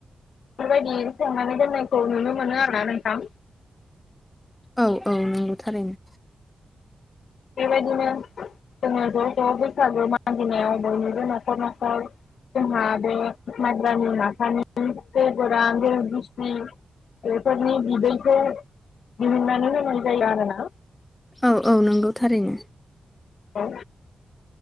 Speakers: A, on the left; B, on the left.
A: बेफोर बायदि संनानै दोननायखौ नुनो मोनो‌ आरो ना नोंथां।
B: औ औ नंगौ थारैनो।
A: बेबायदिनो जोङो ज' ज' बैसागो मागिनायाव बयनिबो न'खर न'खर जोंहा बे मायब्रानि माथानि जौ गोरान जौ गिसि बेफोरनि बिदैखौ दिहुननानै होनाय जायो आरोना।
B: औ औ नंगौ थारैनो।
A: औ